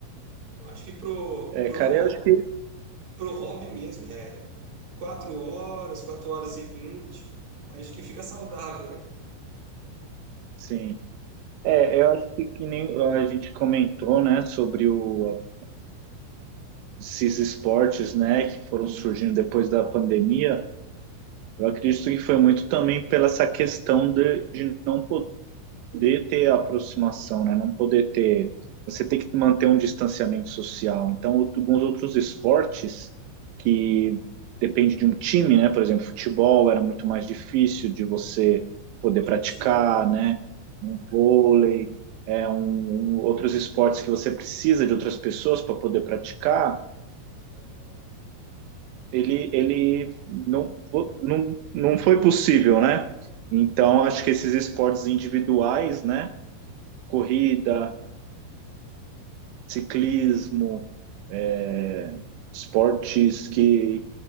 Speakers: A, on the right; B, on the right.
A: Eu acho que pro,
B: É,
A: pro
B: cara,
A: hobby,
B: eu acho que
A: pro hobby mesmo é quatro horas, quatro horas e vinte. Acho que fica saudável, né?
B: sim. É, eu acho que, que nem a gente comentou, né, sobre o, esses esportes, né, que foram surgindo depois da pandemia. Eu acredito que foi muito também pela essa questão de, de não poder ter aproximação, né? Não poder ter. Você tem que manter um distanciamento social. Então, alguns outros esportes que depende de um time, né? Por exemplo, futebol era muito mais difícil de você poder
A: Coletivo,
B: praticar,
A: né?
B: né? Um vôlei, é, um, um, outros esportes que você precisa de outras pessoas para poder praticar, ele, ele não, não, não foi possível, né? Então, acho que esses esportes individuais, né? Corrida, ciclismo, é, esportes que,